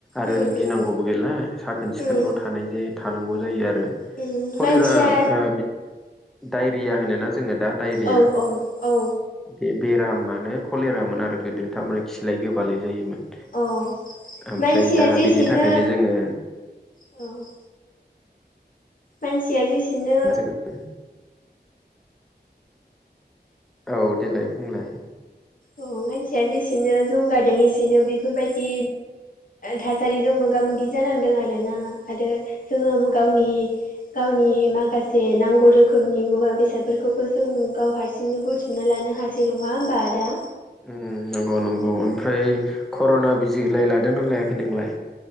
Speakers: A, in the centre; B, on the left (about 50°).
A: आरो
B: उम
A: गिनांगौबो
B: उम
A: गैला साखोन सिखोनल'
B: उम
A: थानायजो थानांगौ जायो आरो
B: उम
A: कलेरा
B: मानसिया
A: ओ डायरिया होनोना जोङो दा डायरिया
B: औ औ औ
A: बे बेरामानो कलेरामोन आरो गोदो थारमाने खिलाय गोबालाय जायोमोन
B: अ
A: ओमफ्राय
B: मानसिया
A: दा
B: जेसेनो
A: बिनि थाखायनो जोङो
B: औ। मानसिया जेसेनो
A: जोङो औ देलाय बुंलाय।
B: अ मानसिया जेसेनो जौगादों एसेनो बेफोरबायदि थासारिजों मोगा मोगि जानांदों आरोना आरो जोङो गावनि गावनि माखासे नांगौ रो खोमनि मुवा बेसादफोरखौबो जों गाव हारसिंनो बुथुमना लानो हासै। नङा होमबा आदा?
A: उम नंगौ नंगौ ओमफ्राय कर'ना बिजिलाय लादों ना लायाखै नोंलाय?